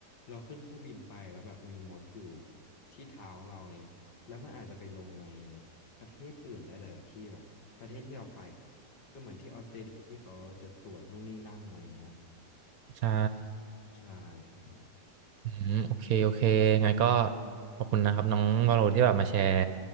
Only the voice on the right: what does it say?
ใช่
อืมโอเคโอเคงั้นก็ขอบคุณนะครับน้องวาโลที่แบบมาแชร์